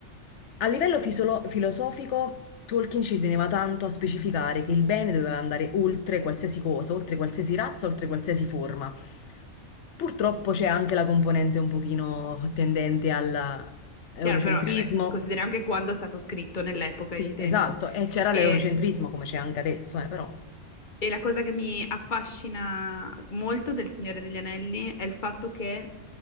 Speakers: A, on the left; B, on the left.
A: A livello fisolo- filosofico, Tolkien ci teneva tanto a specificare che il bene doveva andare oltre qualsiasi cosa, oltre qualsiasi razza, oltre qualsiasi forma. Purtroppo c'è anche la componente un pochino tendente all'eurocentrismo.
B: chiaro, però eh, beh, consideri anche quando è stato scritto nell'epoca,
A: Sì,
B: intendo.
A: esatto, e c'era
B: E
A: l'eurocentrismo come c'è anche adesso, eh, però
B: E la cosa che mi affascina molto del Signore degli Anelli è il fatto che,